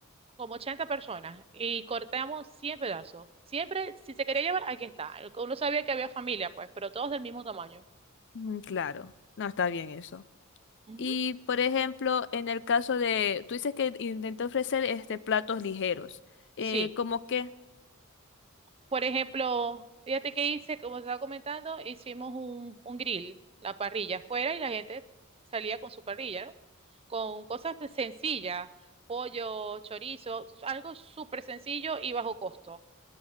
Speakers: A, on the right; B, on the left.
A: como 80 personas y cortamos 100 pedazos. Siempre, si se quería llevar, aquí está. Uno sabía que había familia, pues, pero todos del mismo tamaño.
B: Mm, claro. No, está bien eso.
A: Ujú.
B: Y, por ejemplo, en el caso de, tú dices que intenté ofrecer este platos ligeros. Eh,
A: Sí.
B: ¿cómo qué?
A: Por ejemplo, fíjate que hice, como estaba comentando, hicimos un, un grill, la parrilla afuera y la gente salía con su parrilla, ¿no? Con cosas pues, sencillas, pollo, chorizo, algo súper sencillo y bajo costo.